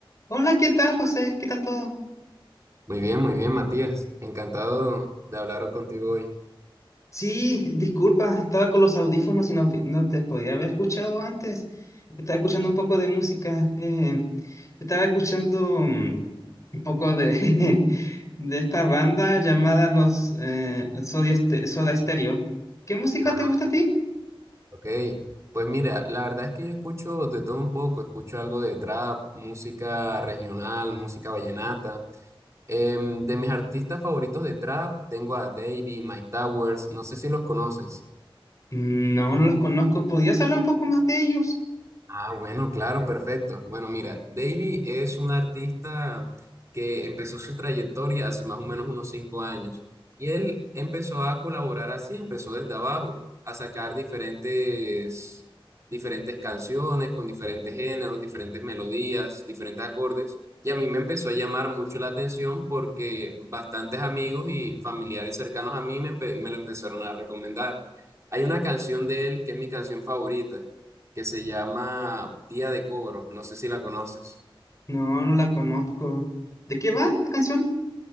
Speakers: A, on the left; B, on the right.
A: Hola, ¿qué tal, José? ¿Qué tal todo?
B: Muy bien, muy bien, Matías. Encantado de hablar contigo hoy.
A: Sí, disculpa, estaba con los audífonos y no, vi- no te podía haber escuchado antes. Estaba escuchando un poco de música. eh, estaba escuchando mm, un poco de, <laughs> de esta banda llamada los eh, Soda, Ste- Soda Stereo. ¿Qué música
B: Ah,
A: te gusta a ti?
B: ok. Pues mira, la verdad es que yo escucho de todo un poco. Escucho algo de trap, música regional, música vallenata. Em, de mis artistas favoritos de trap, tengo a Davey, Mike Towers. No sé si los conoces.
A: No, no los conozco. ¿Podrías hablar un poco más de ellos?
B: Ah, bueno, claro, perfecto. Bueno, mira, Davy es un artista que empezó su trayectoria hace más o menos unos cinco años y él empezó a colaborar así, empezó desde abajo, a sacar diferentes, diferentes canciones con diferentes géneros, diferentes melodías, diferentes acordes y a mí me empezó a llamar mucho la atención porque bastantes amigos y familiares cercanos a mí me, empe- me lo empezaron a recomendar. Hay una canción de él que es mi canción favorita que se llama Día de Cobro, no sé si la conoces.
A: No, no la conozco. ¿De qué va esta canción?